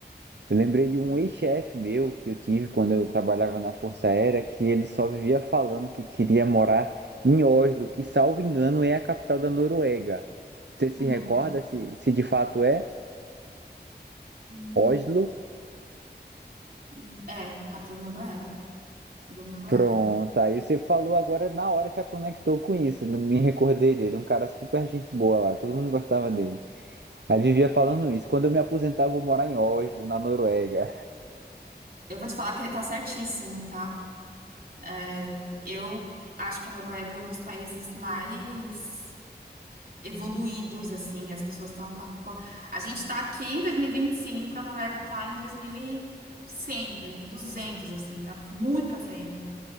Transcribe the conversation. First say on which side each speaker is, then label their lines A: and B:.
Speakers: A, on the right (about 80°); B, on the right (about 60°).
A: eu lembrei de um ex-chefe meu que eu tive quando eu trabalhava na Força Aérea, que ele só vivia falando que queria morar em Oslo, que, salvo engano, é a capital da Noruega. Você se
B: Hum.
A: recorda se, se de fato é
B: Hum,
A: Oslo?
B: hum. É, capital da Noruega. Capital da Noruega.
A: Pronto, aí você falou agora na hora já conectou com isso, me recordei dele, um cara super gente boa lá, todo mundo gostava dele. Aí vivia falando isso. Quando eu me aposentar, eu vou morar em Oslo, na Noruega.
B: Eu vou te falar que ele tá certíssimo, tá? É, Eu acho que a Noruega é um dos países mais evoluídos, assim, as pessoas estão com a, com a... a gente está aqui em 2025, a Noruega está em 2100, 2200, assim, tá muito pra frente,